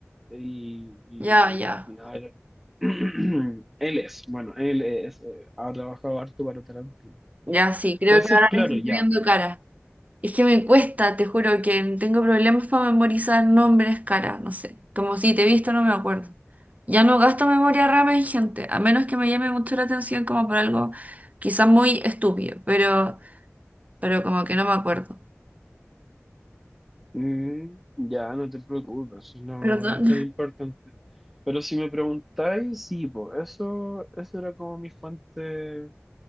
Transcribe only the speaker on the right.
Ya, ya.
Ya, sí. Creo
que ahora
le estoy
poniendo cara. Es que me cuesta, te juro que tengo problemas para memorizar nombres, cara. No sé. Como si te he visto, no me acuerdo. Ya no gasto memoria RAM en gente, a menos que me llame mucho la atención como por algo quizás muy estúpido, pero, pero como que no me acuerdo.
Perdón.